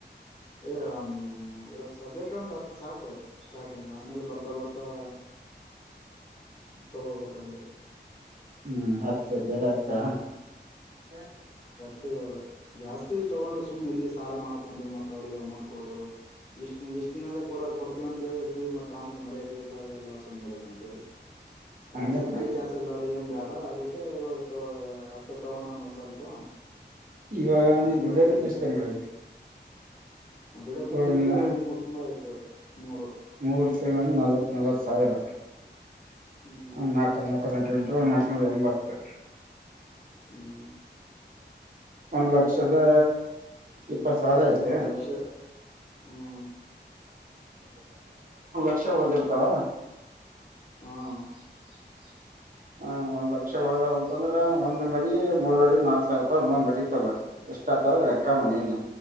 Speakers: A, on the left; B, on the right.
A: ಏ ಒಂದವ ಸದ್ಯಕ್ಕೆ ಒಂದ್ ಹತ್ ಸಾಕು ಸ್ಟಾರ್ಟಿಂಗ್ ಆಮೇಲೆ ಬರ್ತಾ ಬರ್ತಾ ತಗೋಬೇಕ ಹಂಗೆ
B: ಹ್ಮ್ ಆತ್ ಬೇರೆ ಆತ್ತಾ ಹ
A: ಮ ಇವಾಗ ಜಾಸ್ತಿ ತಗೊಂಡು ಸುಮ್ ಎಲ್ಲಿ ಸಾಲ ಮಾಡ್ಕೊಂಡು ಮತ್ತ ಅವ್ರಿಗೆ ಅಮೌಂಟ್ ಕೊ ಎಷ್ಟು ಎಷ್ಟ್ ದಿನದ ಕೊಡ ಕೊಡ್ತೀವಿ ಅಂತ ಹೇಳಿರ್ತೀವಿತ್ತ ಆಮೇಲೆ ಮರ್ಯಾದೆ ಇರಲಾರದೆ ಎಲ್ಲ ಸುಮ್ಮ್ ಅದ ಅಂತ ಹೇಳಿ ಯಾರ
B: ಹಂಗತ್ತ
A: ತ ಕೈ ಚಾಸೋ ಮಾಡಳ ಏನ್ ಬೇಡ ಅದಕ್ಕೆ ಇವಾಗ ಅತ್ತ ತಗೊಂಡ ಮ ಸ್ವಲ್ಪ
B: ಇವಾಗ
A: ಆಮೇಲೆ
B: ನೀ ದುದಿಕತ್ತು
A: ಓದಿದೆ
B: ಎಷ್ಟ್ ತಿಂಗ್ಳು ಆಯ್ತು
A: ಅದಡ್ ಕುಂತತಿ
B: ಇವಾಗ ನೀನು
A: ಮೂರ್ ತಿಂಗಲ್ ಆಯ್ತ್ ತ್ ಮೂರು
B: ಮೂರ್ ತಿಂಗ್ ನಲ್ವತ್ ನಲ್ವತ್ ಸಾವಿರ
A: ಹ್ಮ್
B: ಹ ನಕನ್ ನಕನ್ ಎಂಟು ಟು ನಕ್ ನೂರ ಎಂಬತ್ತು
A: ಹ್ಮ್
B: ಒಂದ್ ಲಕ್ಷದಾ ಇಪ್ಪತ್ ಸಾವಿರ ಐತ.
A: ಒಂದ್ ಲಕ್ಷ ಹ್ಮ್
B: ವಕ್ಷ ಉಳದಿರ್ತಾವ
A: ಹ್ಮ
B: ಹ ಒಂದ್ ಲಕ್ಷ ಹೋದಾವ್ ಅಂತಂದ್ರ ಒಂದ್ ಮರಿ ಮೂರವರಿ ನಾಲ್ಕ್ ಸಾವಿರ ರೂಪಾಯಿ ಒಂದ್ ಮರಿ ತಗೋ ಎಷ್ಟ ಆತದ ಲೆಕ್ಕ ಮಣ್ಣಿ ಇನ್